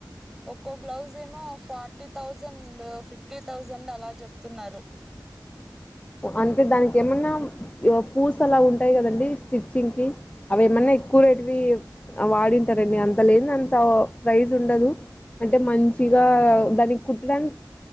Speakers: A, in the centre; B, on the left (about 20°).
A: ఒక్కో బ్లౌజ్ ఏమో ఫార్టీ థౌజండ్, ఫిఫ్టీ థౌజండ్ అలా చెప్తున్నారు.
B: అంతే దానికి ఏమన్నా పూస్ అలా ఉంటాయి కదండి స్టిచ్చింగ్ కి. అవి ఏమన్నా ఎక్కువ రేటువి వాడింటారండి అంత లేని అంత ప్రైజ్ ఉండదు. అంటే మంచిగా దానికి కుట్టడానికి.